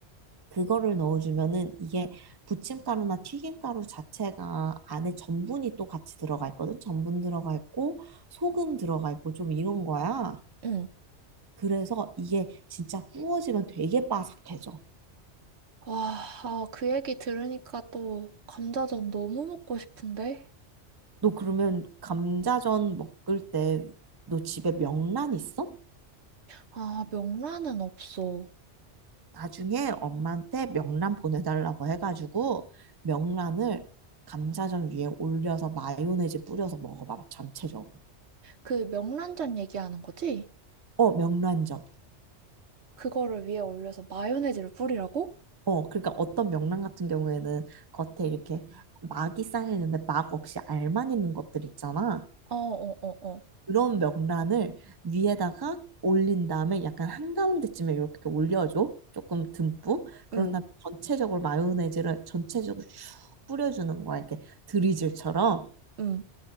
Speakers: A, on the right (about 25°); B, on the right (about 70°).
A: 그거를 넣어주면은 이게 부침가루나 튀김가루 자체가 안에 전분이 또 같이 들어가 있거든. 전분 들어가 있고 소금 들어가 있고 좀 이런 거야.
B: 응.
A: 그래서 이게 진짜 구워지면 되게 바삭해져.
B: 와, 아, 그 얘기 들으니까 또 감자전 너무 먹고 싶은데?
A: 너 그러면 감자전 먹을 때 너 집에 명란 있어?
B: 아, 명란은 없어.
A: 나중에 엄마한테 명란 보내달라고 해가지고 명란을 감자전 위에 올려서 마요네즈 뿌려서 먹어봐 전체적으로.
B: 그 명란젓 얘기하는 거지?
A: 어명란전
B: 그거를 위에 올려서 마요네즈를 뿌리라고?
A: 어, 그러니까 어떤 명란 같은 경우에는 겉에 이렇게 막이 쌓여 있는데 막 없이 알만 있는 것들 있잖아.
B: 어, 어, 어, 어.
A: 그런 명란을 위에다가 올린 다음에 약간 한가운데쯤에 이렇게 올려줘. 조금 듬뿍. 그런
B: 응,
A: 다음에 전체적으로 마요네즈를 전체적으로 쭉 뿌려주는 거야. 이렇게 드리즐처럼.
B: 응.